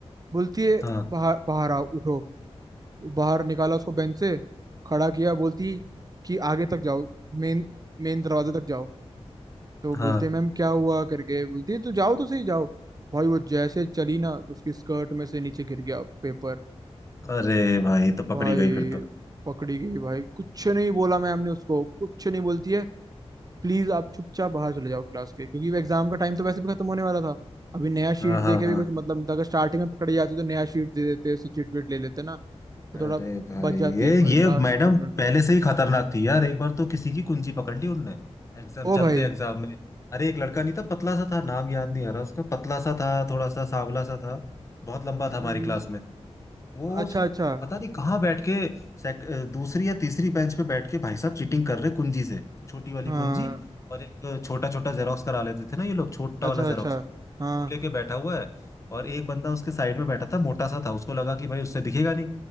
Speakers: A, on the right; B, on the left.
A: बोलती है
B: हाँ
A: बाहर बाहर आओ उठो बाहर निकाला उसको बेंच से खड़ा किया बोलती कि आगे तक जाओ मेन मेन दरवाजे तक जाओ तो
B: हाँ
A: बोलते मैम क्या हुआ करके बोलती है तो जाओ तो सही जाओ भाई वो जैसे चली ना उसकी स्कर्ट में से नीचे गिर गया पेपर
B: अरे भाई तो पकड़ी
A: भाई
B: गई फिर तो
A: पकड़ी गई भाई कुछ नहीं बोला मैम ने उसको कुछ नहीं बोलती है प्लीज आप चुपचाप बाहर चले जाओ क्लास के क्योंकि एग्जाम का टाइम तो वैसे भी खत्म होने वाला था अभी नया
B: हाँ
A: शीट
B: हाँ
A: दे के
B: हाँ
A: भी कुछ मतलब नहीं था अगर स्टार्टिंग में पकड़ी जाती तो नया शीट दे देते उससे चिट विट ले लेते ना
B: अरे
A: तो थोड़ा
B: भाई
A: बच जाती
B: ये
A: भाई
B: ये
A: लास्ट
B: मैडम
A: मोमेंट
B: पहले से ही खतरनाक थी यार एक बार तो किसी की कुंजी पकड़ ली उनने एग्जाम
A: ओ
B: चलते
A: भाई
B: एग्जाम में अरे एक लड़का नहीं था पतला सा था नाम याद नहीं आ रहा उसका पतला सा था थोड़ा सा सांवला सा था बहुत लंबा था
A: हम्म,
B: हमारी क्लास में वो
A: अच्छा
B: स-
A: अच्छा
B: पता नहीं कहाँ बैठ के सेक, अ, दूसरी या तीसरी बेंच पे बैठ के भाई साहब चीटिंग कर रहे कुंजी से छोटी वाली
A: हाँ
B: कुंजी और एक छोटा छोटा जेरोक्स करा लेते थे ना ये लोग छोटा
A: अच्छा
B: वाला
A: अच्छा
B: जेरोक्स
A: हाँ
B: वो लेके बैठा हुआ है और एक बंदा उसके साइड में बैठा था मोटा सा था उसको लगा कि भाई उससे दिखेगा नहीं